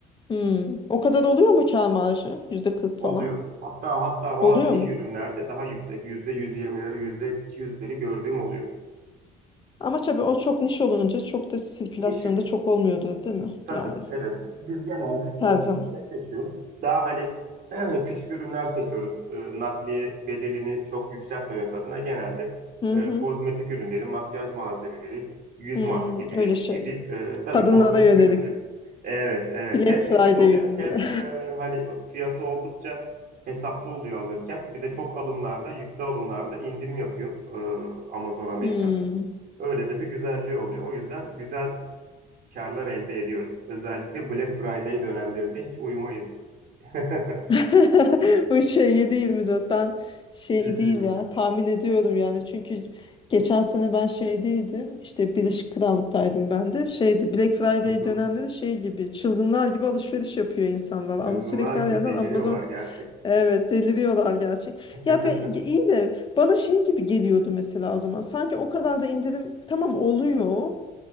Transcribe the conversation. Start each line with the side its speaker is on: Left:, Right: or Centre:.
Left: Hmm, o kadar oluyor mu kâr marjı? Yüzde kırk
Right: oluyor.
Left: falan.
Right: Hatta hatta bazı
Left: Oluyor
Right: niş
Left: mu?
Right: ürünlerde daha yüksek yüzde 120'leri, yüzde 200'leri gördüğüm oluyor.
Left: Ama tabii o çok niş olunca çok da sirkülasyonda
Right: Niş
Left: çok olmuyordur değil mi?
Right: Tabii,
Left: Yani
Right: evet. Biz genelde e,
Left: her zaman.
Right: ne seçiyoruz? Daha hani <clears throat> küçük ürünler seçiyoruz. E, nakliye bedelini çok yükseltmemek adına genelde
Left: Hı
Right: e,
Left: hı.
Right: kozmetik ürünleri, makyaj malzemeleri, yüz
Left: Hmm,
Right: maskeleri
Left: öyle şey.
Right: gibi. E, tabii
Left: Kadınlara
Right: kozmetik
Left: yönelik
Right: ürünleri. Evet, evet.
Left: Black
Right: Hem
Left: Friday
Right: küçük oluyor
Left: ürünleri.
Right: hem e, hani fiyatı oldukça hesaplı oluyor alırken. Bir de çok alımlarda, yüklü alımlarda indirim yapıyor e, Amazon
Left: <laughs>
Right: Amerika.
Left: Hmm.
Right: Öyle de bir güzelliği oluyor. O yüzden güzel karlar elde ediyoruz. Özellikle Black Friday dönemlerinde hiç uyumayız biz. <laughs>
Left: <laughs> O şey 7-24 ben şey
Right: 7-24.
Left: değil ya tahmin ediyorum yani çünkü geçen sene ben şeydeydim işte Birleşik Krallık'taydım ben de şeydi Black Friday
Right: Hı hı.
Left: dönemleri şey gibi çılgınlar gibi alışveriş yapıyor insanlar ama
Right: Çılgınlar
Left: sürekli
Right: gibi
Left: her yerden
Right: deliriyorlar
Left: Amazon
Right: gerçekten.
Left: evet deliriyorlar gerçek
Right: <laughs>
Left: ya be, iyi de bana şey gibi geliyordu mesela o zaman sanki o kadar da indirim tamam oluyor